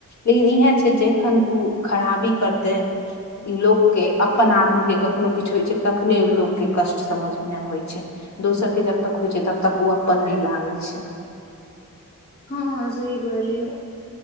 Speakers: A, on the left (about 55°); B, on the left (about 30°).
A: लेकिन इएह छै जखन ओ खराबी करते लोक के अपन आदमी के कखनो किछु होइ छै तखने ओ लोक के कष्ट समझ मे आबे छै दोसर के जब तक होइ छै तब तक ओ अपन नहि लागे छै
B: हँ हँ सही कहले